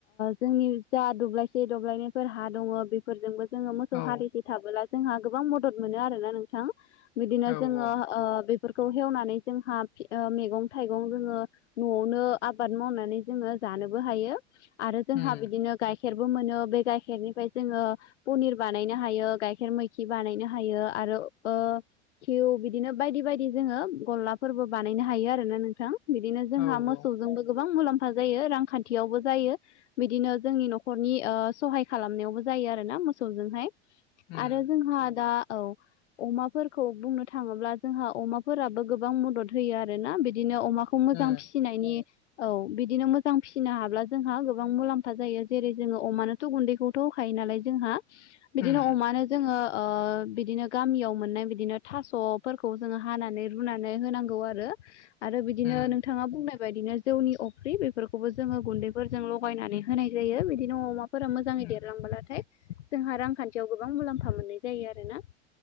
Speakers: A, on the left (about 80°); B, on the left (about 50°).
A: जोंनि जा दब्लायसे दब्लायनायफोर हा दंङो बेफोरजोंबो जोंङो मोसौ
B: औ
A: हालिसे थाबोला जोंहा गोबां मदद मोनो आरोना नोंथां बिदिनो
B: औ
A: जोंङो
B: औ
A: ओ फोर हवनानै जोंहा मैगं थाइगं जोंङो न'आवनो आ आबाद मावनानै जोंङो जानोबो हायो आरो जोंहा
B: उम
A: बिदिनो गाइ खेरबो मोनो बे गाइखेरनिफ्राय जोङो पनिर बानायनो हायो गाइखेर मैखि बानायनो हायो आरो ओ थ बिदिनो बायदि बायदि जोङो गरलाफोरबो बानायनो हायो आरोना नोंथां। बिदिनो जोंहा
B: औ
A: मोसौजोंबो
B: औ
A: गोबां मुलाम्फा जायो रांखान्थियावबो जायो। बिदिनो जोंनि न'खरनि सहाय खालामनायावबो जायो आरो ना मोसौजोंहाय
B: उम
A: आरो जोंहा दा औ अमाफोरखौ बुंनो थाङोब्ला जोंहा अमाफोराबो गोबां मदद होयो आरो ना बिदिनो अमाखौ खौ मोजां
B: उम
A: फिसिनायनि औ बिदिनो मोजां फिसिनो हाब्ला जोंहा गोबां मुलाम्फा जायो जेरै जोङो अमानो थ' गुन्दैखौथ' होखायो नालाय जोंहा बिदिनो
B: उम
A: अमानो जोङो बिदिनो गामियाव मोननाय बिदिनो थास'फोरखौ जोङो हानानै रुनानै होनांगौ आरो आरो बिदिनो
B: उम
A: नोंथाङा बुंनाय बायदिनो जौनि अफ्रि बेफोरखौबो जोङो गुन्दैफोरजों लगायनानै होनाय जायो बिदिनो अमा फोर मोजांङै
B: उम
A: देरलांलाथाय जोंहा रांखान्थियाव गोबां मुलाम्फा मोननाय जायो आरो ना।